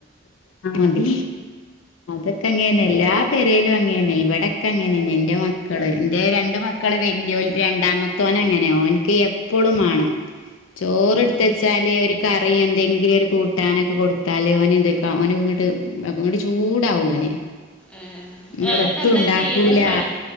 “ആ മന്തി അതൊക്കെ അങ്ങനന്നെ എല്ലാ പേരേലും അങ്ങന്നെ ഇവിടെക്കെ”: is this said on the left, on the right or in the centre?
Left